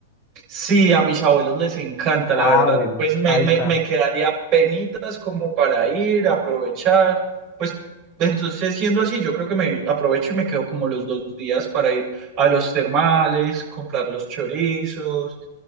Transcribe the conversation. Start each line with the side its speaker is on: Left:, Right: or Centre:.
Right: Sí, a mis abuelos les encanta,
Left: Ah,
Right: la verdad.
Left: bueno,
Right: Pues me,
Left: ahí
Right: me,
Left: está.
Right: me quedaría penitas como para ir, aprovechar. Pues entonces, siendo así, yo creo que me aprovecho y me quedo como los dos días para ir a los termales, comprar los chorizos